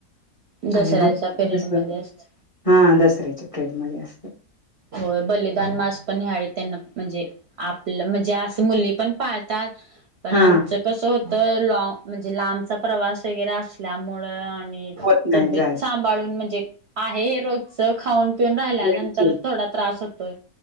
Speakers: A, on the right; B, on the left.
A: दसऱ्याच्या
B: आणि बघ <unintelligible>
A: पिरियड मध्ये असत
B: हा दसऱ्याच्या प्रेड मध्ये असतं.
A: होय, बलिदान मास पण ह्या वेळी त्यांना म्हणजे आपलं म्हणजे असं मुली पण पाळतात पण
B: हा
A: आमचं कस होत लॉ म्हणजे लांबचा प्रवास वगैरे असल्यामुळ आणि
B: होत नाही
A: तब्येत
B: जायचं
A: सांभाळून म्हणजे आहे रोजच खाऊन पिऊन राहिल्यानंतर
B: वळचे
A: थोडा त्रास होतोय